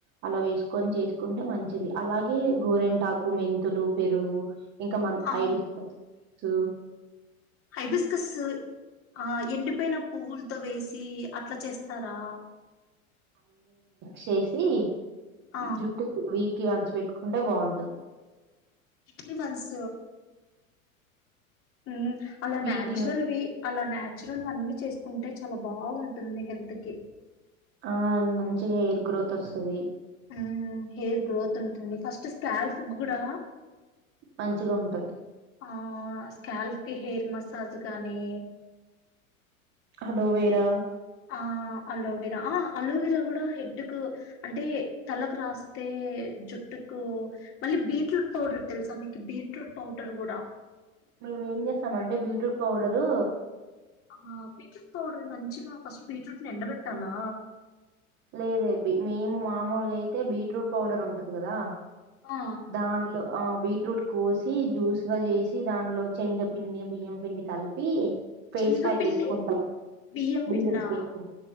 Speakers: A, on the right (about 40°); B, on the left (about 30°).
A: అలా వేసుకొని చేసుకుంటె మంచిది అలాగె గోరెంటాకు మెంతులు పెరుగు ఇంకా మన
B: ఆ
A: ఐ బిస్ కస్ తు
B: హైబిస్కస్ ఆ ఎండిపొయ్న పువుల్ తొ వేసి అట్ల చేస్తారా
A: చేశి
B: ఆ
A: జుట్టుకి వీక్ కి వంచి పెట్టుకుంటే బాగుంటది
B: ఇడ్లీ వన్స్ ఉమ్ అలా
A: వీక్లీ
B: న్యాచురల్ వి అలా నాచురల్ అన్ని చేసుకుంటే చాలా బాగుంటుంది హెల్త్ కి
A: ఆ మంచిగా హెయిర్ గ్రోత్ వస్తది
B: ఉహ్ హెయిర్ గ్రోత్ ఉంటుంది ఫస్ట్ స్కాల్ఫ్ కూడా
A: మంచిగా ఉంటది
B: ఆ స్కాల్ఫ్ కి హేర్ మసాజ్ గాని
A: అలోవెరా
B: ఆ అలోవెరా ఆ అలోవెరా కూడా హెడ్కు అంటే తలకు రాస్తే జుట్టుకు మళ్ళీ బీట్రూట్ పౌడర్ తెలుసా మీకు బీట్రూట్ పౌడర్ కూడా
A: మేమేం చేస్తామంటే బీట్రూట్ పౌడరు
B: ఆ బీట్రూట్ పౌడర్ మంచిగా ఫస్ట్ బీట్రూట్ ని ఎండబెట్టాలా
A: లేదే బి మేము మామూలుగా అయితే బీట్రూట్ పౌడర్ ఉంటది కదా
B: ఆ
A: దానిలో ఆ బీట్రూట్ కోసి జ్యూస్ గా చేసి దాంట్లో శనగపిండి బియ్యం పిండి కలిపి ఫేస్
B: శనగపిండి
A: ప్యాక్ వేసుకుంటాం
B: బియ్యం
A: <unintelligible>
B: పిండా